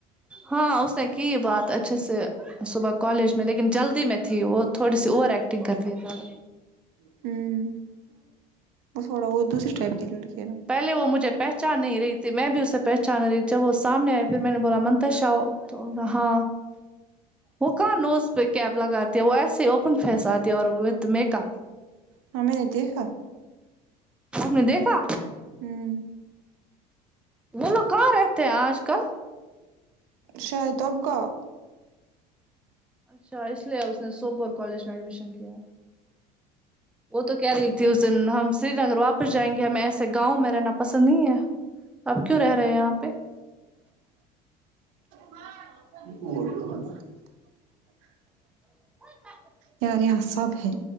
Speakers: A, in the centre; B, on the right.
A: ہاں اس نے کی بات اچھے سے صبح کالج میں لیکن جلدی میں تھی وہ تھوڑی سی اوور ایکٹنگ کر تھی زیادہ
B: ہوں وہ تھوڑا وہ دوسرے ٹائپ کی لڑکی ہے نہ
A: پہلے وہ مجھے پہچان نہیں رہی تھی میں بھی اسے پہچان نہیں رہی تھی جب وہ سامنے آئے پھر میں نے بولا منتشا اؤ تو نا ہاں وہ کہاں نوز پہ کیپ لگاتی ہے وہ ایسے ہی اوپن فیس آتی ہے اور وت میک اپ
B: ہاں میں نے دیکھا
A: آپ نے دیکھا
B: ہوں
A: وہ لوگ کہاں رہتے ہیں آج کل
B: شاید اب گاؤں
A: اچھا اس لیے اس نے سوپور کالج میں ایڈمیشن کیا وہ تو کہہ رہی تھی اس دن ہم سری نگر واپس جائیں گے ہمیں ایسے گاؤں میں رہنا پسند نہیں ہے اب کیوں رہ رہے یہاں پہ
B: <unintelligible>
A: <unintelligible>
B: یار یہاں سب ہے